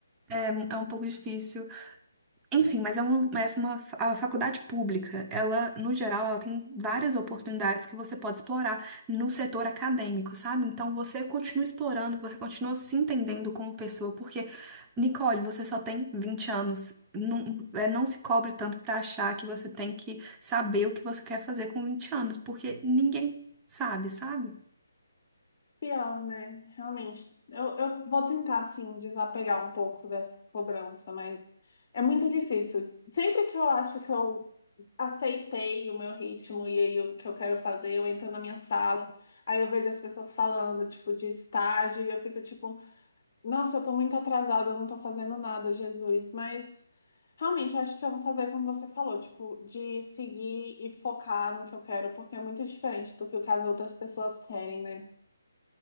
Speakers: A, on the right; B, on the left.
A: É, um- é um pouco difícil. Enfim, mas é uma, mas é uma, fa- a faculdade pública, ela, no geral, ela tem várias oportunidades que você pode explorar no setor acadêmico, sabe? Então você continua explorando, você continua se entendendo como pessoa, porque, Nicole, você só tem 20 anos. Não, é, não se cobre tanto para achar que você tem que saber o que você quer fazer com 20 anos, porque ninguém sabe, sabe?
B: Pior, né? Realmente. Eu, eu vou tentar, assim, desapegar um pouco dessa cobrança, mas é muito difícil. Sempre que eu acho que eu aceitei o meu ritmo e aí o que eu quero fazer, eu entro na minha sala, aí eu vejo as pessoas falando, tipo, de estágio, e eu fico tipo. Nossa, eu tô muito atrasada, eu não tô fazendo nada, Jesus. Mas realmente eu acho que eu vou fazer como você falou, tipo, de seguir e focar no que eu quero, porque é muito diferente do que o que as outras pessoas querem, né?